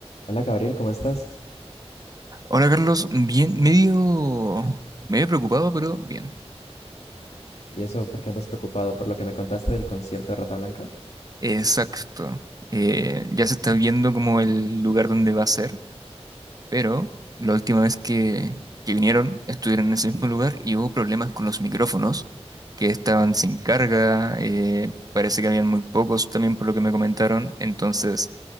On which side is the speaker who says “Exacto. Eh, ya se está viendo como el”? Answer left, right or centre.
Right